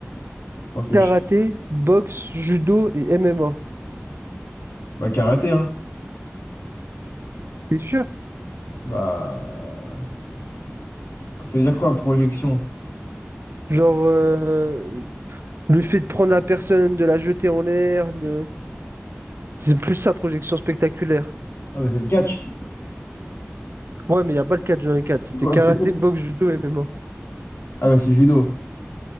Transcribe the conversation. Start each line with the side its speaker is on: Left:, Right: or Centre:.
Left: Je pense que
Right: Karaté,
Left: je...
Right: boxe, judo et MMA.
Left: Bah, karaté, hein.
Right: C'est sûr?
Left: Bah... Ça veut dire quoi, projection?
Right: Genre, euh, Le fait de prendre la personne, de la jeter en l'air, de... c'est plus sa projection spectaculaire.
Left: Ah, bah, c'est le catch.
Right: Ouais, mais il n'y a pas le 4 dans les 4. C'était
Left: C'est quoi?
Right: karaté,
Left: C'était quoi?
Right: boxe, judo, MMA.
Left: Ah, bah, c'est judo